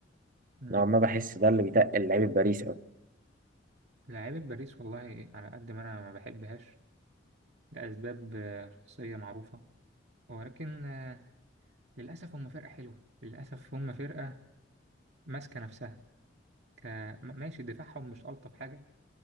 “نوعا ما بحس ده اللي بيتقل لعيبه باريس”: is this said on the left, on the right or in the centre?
Right